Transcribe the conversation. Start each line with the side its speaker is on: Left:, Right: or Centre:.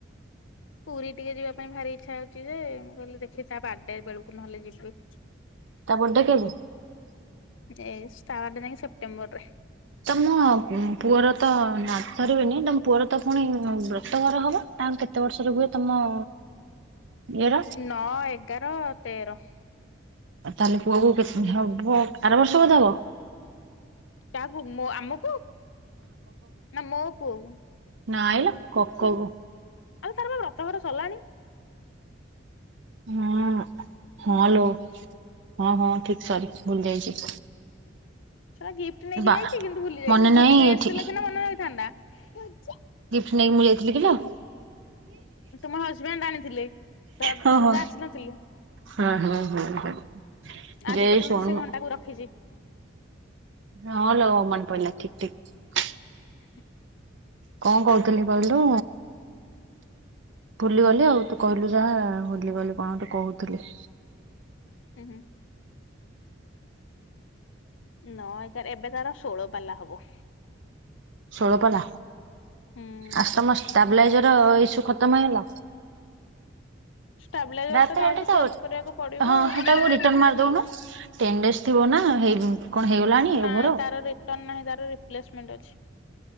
Left: ପୁରୀ ଟିକେ ଯିବା ପାଇଁ ଭାରି ଇଚ୍ଛା ହଉଛି ଯେ ମୁଁ କହିଲି ଦେଖି ତା ବାର୍ଡେ ବେଳୁକୁ ନହେଲେ ଯିବି।
Right: ତା ବଡେ କେବେ?
Left: ଏ ଷ୍ଟାର୍ଟ ଯାଇଁ ସେପ୍ଟେମ୍ବର ରେ।
Right: ତମ ପୁଅର ତ ନା ଧରିବିନି ତମ ପୁଅର ତ ପୁଣି ବ୍ରତଘର ହବ ତାହାଲେ କେତେ ବର୍ଷରେ ହୁଏ ତମ ଇଏର
Left: ନଅ ଏଗାର। ତେର।
Right: ଆଉ ତାହେଲେ ପୁଅକୁ କେତେ ହବ ଆର ବର୍ଷ ବୋଧେ ହବ?
Left: କାହା ପୁଅ ଆମ ନା ମୋ ପୁଅକୁ?
Right: ନାଇଁ ଲୋ କକକୁ।
Left: ଆଲେ ତାର ଵା ବ୍ରତଘର ସରିଲାଣି।
Right: ହଁ ହଁଲୋ ହଁ ହଁ ଠିକ ସରିଚି ଭୁଲି ଯାଇଛି।
Left: ଶଳା ଗିଫ୍ଟ ନେଇକି
Right: ବା
Left: ଯାଇଛି କିନ୍ତୁ ଭୁଲି ଯାଇଛି
Right: ମନେ
Left: ଭୋଜି
Right: ନାହିଁ
Left: ଖାଇ
Right: ଏଠି
Left: ଆସିଥିଲେ ସିନା ମନେ ରହିଥାନ୍ତା। <unintelligible>
Right: ଗିଫ୍ଟ ନେଇକି ମୁଁ ଯାଇଥିଲି କିଲୋ?
Left: ତୁମ ହଜବେଣ୍ଡ ଆାଣିଥିଲି ତ
Right: ହଁ
Left: ତୁ
Right: ହଁ
Left: ତ ଆସିନଥିଲୁ
Right: ହଁ ହଁ ହଁ ହଁ
Left: ଆଜି
Right: ଯେ
Left: ପର୍ଯ୍ୟନ୍ତ
Right: ଶୁଣୁ
Left: ମୁ ସେ ଘଣ୍ଟାକୁ ରଖିଛି।
Right: ହଁ ଲୋ ମନେ ପଇଲା ଠିକ ଠିକ।
Left: <unintelligible>
Right: କଣ କହୁଥିଲି କହିଲୁ ଭୁଲିଗଲି ଆଉ ତୁ କହିଲୁ ଯାହା ଭୁଲିଗଲି କଣ କହୁଥିଲି।
Left: ହୁଁ ହୁଁ। ନ ଏ ତ ଏବେ ତାର ଷୋହଳ ପାଲା ହବ।
Right: ଷୋଳପାଲା
Left: ହୁଁ।
Right: ଆସ୍ ମସ୍ତ ଷ୍ଟେବଲାଜର ଇସୁ ଖତମ ହେଇଗଲା?
Left: ଷ୍ଟାବିଲାଇଜର
Right: ଡାଟା
Left: ଟା ତାହେଲେ
Right: ହେଟି
Left: ତ ଚେଞ୍ଜ
Right: ଅ
Left: କରିବାକୁ ପଡିବ
Right: ହଁ
Left: ଆଉ ମୁଁ
Right: ହେଟା
Left: କହିଲି
Right: କୁ
Left: ଏଇଟା
Right: ରିଟନ
Left: କିଛି
Right: ମାରିଦଉନୁ
Left: ଦିନି
Right: ତେଡେନ୍ସ ଥିବନା ହେଇ କଣ ହେଇଗଲାଣି
Left: ନାଇଁ
Right: ଓଭର
Left: ତାର ରିଟର୍ଣ ନାହିଁ ତାର ରିପ୍ଲେସମେଣ୍ଟ ଅଛି।